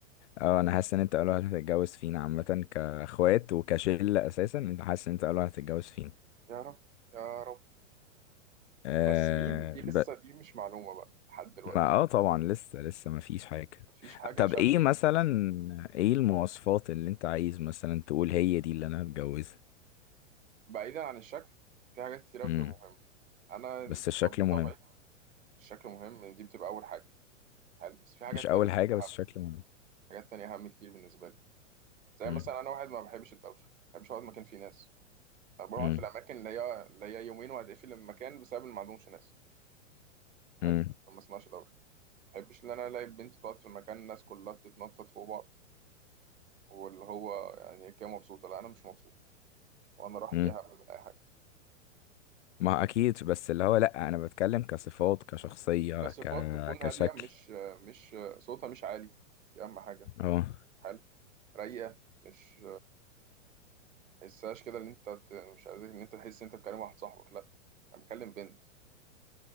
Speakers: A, on the left; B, on the right.
A: اه انا حاسس ان انت اول واحد هتتجوز فينا عامه كاخوات وكشله اساسا انت حاسس ان انت اول واحد هتتجوز فينا
B: يا رب يا رب
A: آه
B: بس مين دي لسه
A: ب...
B: دي مش معلومة بقى لحد دلوقتي
A: ما اه طبعا لسه لسه ما فيش حاجه
B: مفيش حاجة
A: طب
B: شبهي
A: ايه مثلا ايه المواصفات اللي انت عايز مثلا تقول هي دي اللي انا هتجوزها
B: بعيدا عن الشكل في حاجات كتير أوي
A: امم
B: بتبقى مهمة أنا
A: بس الشكل
B: طب- بطبعي
A: مهم
B: الشكل مهم دي بتبقى أول حاجة حلو بس في حاجات
A: مش اول
B: تانية بتبقى
A: حاجه بس
B: أهم
A: الشكل مهم
B: حاجات تانية أهم كتير بالنسبة لي زي
A: امم
B: مثلا أنا واحد ما بحبش الدوشة ما بحبش أقعد مكان فيه ناس أنا بقعد
A: امم
B: في الأماكن اللي هي اللي هي يومين وهتقفل المكان بسبب إن ما عندهمش ناس حلو
A: امم
B: عشان ما اسمعش دوشة ما بحبش إن أنا ألاقي بنت تقعد في مكان الناس كلها بتتنطط فوق بعض واللي هو يعني هي كده مبسوطة لا أنا مش مبسوط وأنا راحتي
A: امم
B: أهم من أي حاجة
A: ما اكيد بس اللي هو لا انا بتكلم كصفات كشخصيه
B: بس صفات
A: ك
B: تكون
A: كشكل
B: هادية مش مش صوتها مش عالي دي أهم حاجة
A: اه
B: حلو رايقة مش تحسهاش كده ان انت ت- مش عايزك ان انت تحس ان انت بتكلم واحد صاحبك لا انا بكلم بنت